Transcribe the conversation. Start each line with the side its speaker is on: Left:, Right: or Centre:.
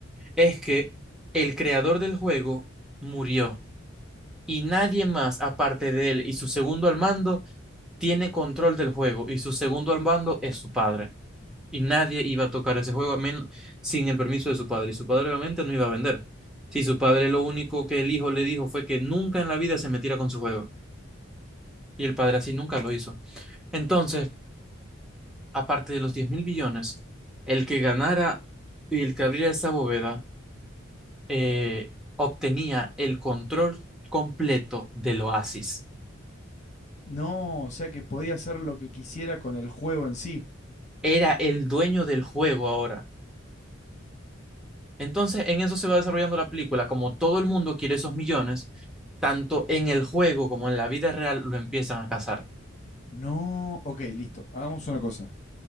Centre: es que el creador del juego murió y nadie más, aparte de él y su segundo al mando, tiene control del juego y su segundo al mando es su padre. y nadie iba a tocar ese juego a men- sin el permiso de su padre. Y su padre obviamente no iba a vender. Si su padre lo único que el hijo le dijo fue que nunca en la vida se metiera con su juego. Y el padre así nunca lo hizo. Entonces, aparte de los 10 mil billones, el que ganara y el que abriera esa bóveda eh, obtenía el control completo del oasis.
Left: No, o sea que podía hacer lo que quisiera con el juego en sí.
Centre: Era el dueño del juego ahora. Entonces, en eso se va desarrollando la película. Como todo el mundo quiere esos millones, tanto en el juego como en la vida real lo empiezan a cazar.
Left: No, ok, listo. Hagamos una cosa.